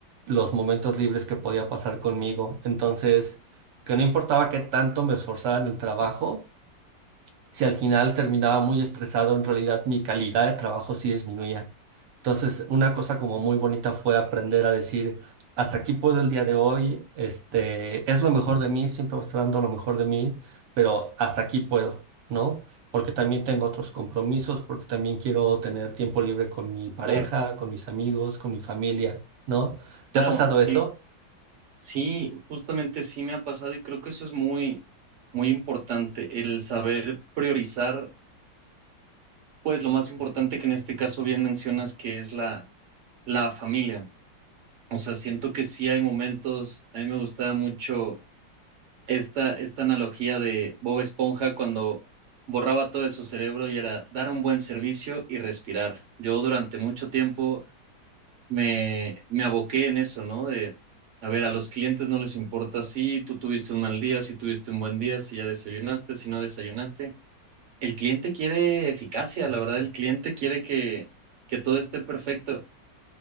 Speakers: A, on the right; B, on the right.
A: los momentos libres que podía pasar conmigo. Entonces, que no importaba qué tanto me esforzara en el trabajo si al final terminaba muy estresado, en realidad mi calidad de trabajo sí disminuía. Entonces, una cosa como muy bonita fue aprender a decir, hasta aquí puedo el día de hoy, este, es lo mejor de mí, siempre voy a estar dando lo mejor de mí, pero hasta aquí puedo, ¿no? Porque también tengo otros compromisos, porque también quiero tener tiempo libre con mi pareja,
B: Claro,
A: con mis amigos, con mi familia, ¿no? ¿Te
B: claro,
A: ha pasado
B: sí.
A: eso?
B: Sí, justamente sí me ha pasado y creo que eso es muy, muy importante, el saber priorizar Pues lo más importante que en este caso bien mencionas que es la, la familia. O sea, siento que sí hay momentos, a mí me gustaba mucho esta, esta analogía de Bob Esponja cuando borraba todo de su cerebro y era dar un buen servicio y respirar. Yo durante mucho tiempo me, me aboqué en eso, ¿no? De, a ver, a los clientes no les importa si tú tuviste un mal día, si tuviste un buen día, si ya desayunaste, si no desayunaste. El cliente quiere eficacia, la verdad, el cliente quiere que, que todo esté perfecto.